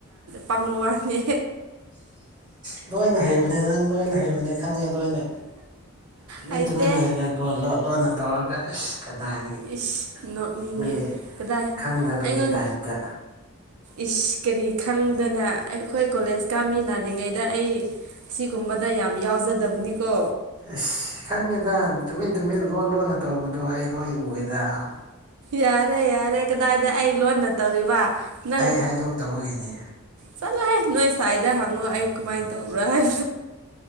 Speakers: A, on the right; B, on the right.
A: ꯄꯪꯕ ꯋꯥꯅꯦ
B: ꯑ ꯂꯣꯏꯅ ꯍꯩꯕꯅꯦ ꯅꯪ ꯂꯣꯏꯅ ꯍꯩ ꯀꯕꯅꯦ ꯈꯪꯉꯦ ꯑꯗꯨꯅ ꯇꯨꯃꯤꯟ
A: ꯍꯩꯇꯦ
B: ꯇꯨꯃꯤꯟ ꯂꯩꯔꯒ ꯀꯣ ꯂꯣꯠ ꯂꯣꯠꯅ ꯇꯧꯔꯒ ꯏꯁꯁ ꯀꯗꯥꯏꯗꯒꯤ
A: ꯏꯁ ꯅꯣꯛꯅꯤꯡꯉꯦ
B: ꯃꯤ
A: ꯀꯗꯥꯏ
B: ꯈꯪꯗꯕꯒꯤ
A: ꯑꯩꯉꯣꯟ
B: ꯇꯥꯏꯞꯇ
A: ꯏꯁ ꯀꯔꯤ ꯈꯪꯗꯅ ꯑꯩꯈꯣꯏ ꯀꯣꯂꯦꯖꯀꯥꯃꯤꯅ ꯑꯔꯤꯉꯩꯗ ꯑꯩ ꯁꯤꯒꯨꯝꯕꯗ ꯌꯥꯝ ꯌꯥꯎꯖꯗꯕꯅꯤꯀꯣ
B: ꯑꯁ ꯈꯪꯉꯦꯗ ꯇꯨꯃꯤꯟ ꯇꯨꯃꯤꯟ ꯂꯣꯟꯠ ꯂꯣꯟꯅ ꯇꯧꯕꯗꯣ ꯑꯩ ꯂꯣꯏ ꯎꯋꯦꯗ <unintelligible>
A: ꯌꯥꯔꯦ ꯌꯥꯔꯦ ꯀꯗꯥꯏꯗ ꯑꯩ ꯂꯣꯟꯅ ꯇꯧꯔꯤꯕ ꯅꯪ
B: ꯑꯩ ꯍꯥꯏꯗꯣꯛꯇꯕꯒꯤꯅꯤ
A: ꯆꯠꯂꯣꯍꯦ ꯅꯣꯏ ꯁꯥꯏꯗ ꯍꯪꯉꯣ ꯑꯩ ꯀꯃꯥꯏꯅ ꯇꯧꯕ꯭ꯔꯥ ꯍꯥꯏ